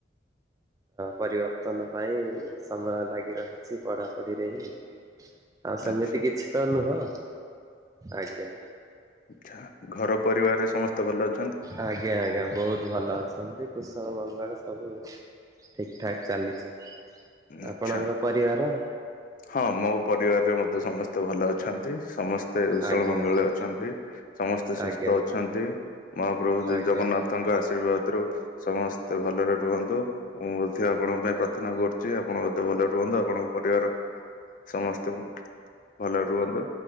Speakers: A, on the right; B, on the left.
A: ପରିବର୍ତ୍ତନ ପାଇଁ ସମୟ ଲାଗି ରହିଛି ପଢ଼ାପଢ଼ିରେ ହିଁ ଆଉ ସେମିତି
B: ଆଚ୍ଛା
A: କିଛି ତ ନୁହଁ ଆଜ୍ଞା
B: ଆଛା ଘର ପରିବାରରେ ସମସ୍ତେ ଭଲ ଅଛନ୍ତି?
A: ଆଜ୍ଞା ଆଜ୍ଞା ବହୁତ ଭଲ ଅଛନ୍ତି କୁଶଣ ବୁ ଜଙ୍ଗଳ ସବୁ ଠିକ ଠାକ ଚାଲିଛି।
B: ଆଚ୍ଛା
A: ଆପଣଙ୍କ ପରିବାର
B: ହଁ ମୋ ପରିବାରରେ ମଧ୍ୟେ ସମସ୍ତେ ଭଲ ଅଛନ୍ତି। ସମସ୍ତେ ଉୁଶଳ
A: ଆଜ୍ଞା
B: ମଙ୍ଗଳରେ
A: ଆଜ୍ଞା
B: ଅଛନ୍ତି ସମସ୍ତେ ସୁସ୍ଥ
A: ଆଜ୍ଞା
B: ଅଛନ୍ତି। ମହାପ୍ରଭୁ
A: ଆଜ୍ଞା
B: ଜଗନ୍ନାଥଙ୍କ ଆଶୀର୍ବାଦ ସମସ୍ତେ ଭଲରେ ରୁହନ୍ତୁ ମୁଁ ମଧ୍ୟ ଆପଣଙ୍କ ପାଇଁ ପ୍ରାର୍ଥନା କରୁଛି ଆପଣ ବୋଧେ ଭଲରେ ରୁହନ୍ତୁ ଆପଣଙ୍କ ପରିବାର ସମସ୍ତେ ଭଲ ରୁହନ୍ତୁ